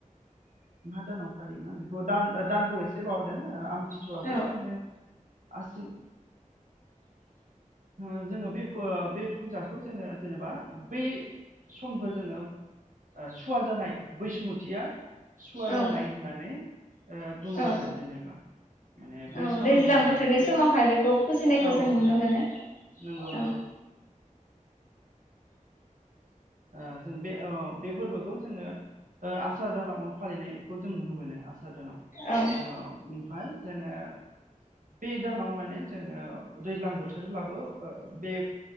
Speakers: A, on the right; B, on the left.
A: मा दानाव फालियोमोन आं बिखौ द दान दानखौ एसे बावदों आमथिसुवाखौ
B: औ
A: जोङो आसिन <inaudible> ओ जोङो बे बे फुजाखौ जोङो जेनेबा बै समखौ जोङो सुवा जानाय बैसुमुतिया सुवा
B: औ
A: जानाय होननानै ओ बुङो
B: औ
A: आरो जेनेबा। माने बै
B: औ
A: सानाव
B: दैज्लां
A: जोङो
B: बोथोरनि
A: बै
B: समावहाय बेखौ फुजिनायखौ
A: औ
B: जों नुनो
A: नंगौ
B: मोनो।
A: नंगौ
B: औ
A: नंगौ। ओ जों बे ओ बे फोरबोखौ जोङो ओ आसार दानाव फालिनायखौ जों नुनो मोनो आसा आसार दानाव
B: औ
A: ओ ओमफ्राय जोङो बे दानाव माने जोंओ दैज्लां बोथोरब्लाबो बो ओ बे